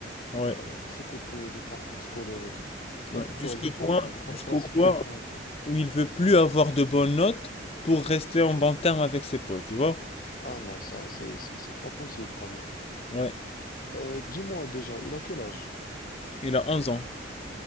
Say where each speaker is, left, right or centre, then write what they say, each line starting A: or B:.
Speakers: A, on the left; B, on the left.
A: Ouais,
B: euh, de ce côté de parcours scolaire et tout.
A: ouais.
B: D'accord,
A: Jusqu'au
B: je comprends,
A: point,
B: je comprends
A: jusqu'au
B: la situation.
A: point
B: un peu.
A: où il veut plus avoir de bonnes notes pour rester en bon terme avec ses potes, tu vois.
B: Ah non, ça, c'est c'est- c'est pas possible quand même.
A: Ouais.
B: Euh, dis-moi déjà, il a quel âge?
A: Il a 11 ans.